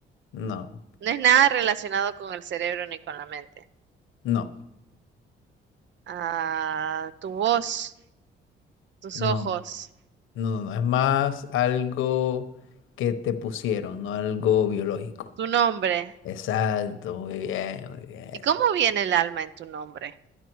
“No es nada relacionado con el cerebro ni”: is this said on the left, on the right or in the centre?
Right